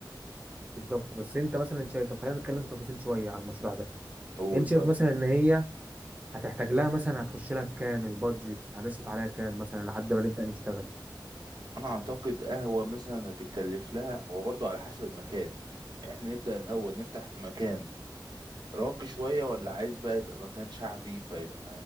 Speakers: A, on the right; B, on the right.
A: بالظبط بس انت مثلا شايف طب خلينا نتكلم في تفاصيل شويه على المشروع ده
B: قول
A: انت
B: طيب
A: شايف مثلا ان هي هتحتاج لها مثلا هتخش لها في كام البادجت هنصرف عليها كام مثلا لحد ما نبدا نشتغل
B: انا اعتقد قهوة مثلا هتتكلف لها هو برضو على حسب المكان احنا نبدأ الاول نفتح في مكان راقي شوية ولا عايز بقى يبقى مكان شعبي فيبقى